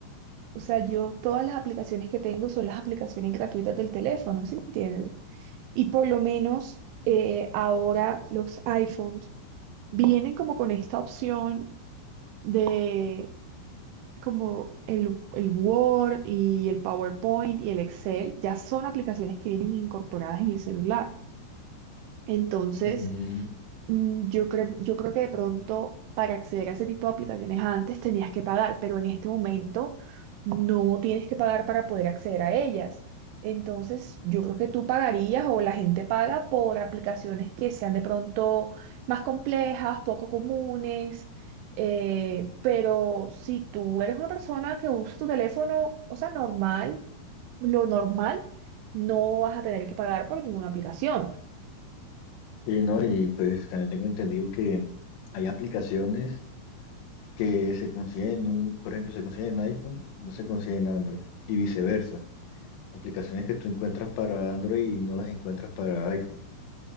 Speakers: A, on the right; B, on the left.
A: O sea, yo todas las aplicaciones que tengo son las aplicaciones gratuitas del teléfono, ¿sí me entiendes? Y por lo menos eh, ahora los iPhones vienen como con esta opción de como el, el Word y el PowerPoint y el Excel, ya son aplicaciones que vienen incorporadas en el celular. Entonces,
B: Mm,
A: Mm, Yo creo, yo creo que de pronto para acceder a ese tipo de aplicaciones antes tenías que pagar, pero en este momento no tienes que pagar para poder acceder a ellas. Entonces, yo creo que tú pagarías o la gente paga por aplicaciones que sean de pronto más complejas, poco comunes, eh, pero si tú eres una persona que usa tu teléfono, o sea, normal, lo normal, no vas a tener que pagar por ninguna aplicación.
B: Sí, ¿no? Y pues también tengo entendido que hay aplicaciones que se consiguen, en un, por ejemplo, se consiguen en iPhone, no se consiguen en Android, y viceversa. Aplicaciones que tú encuentras para Android y no las encuentras para iPhone.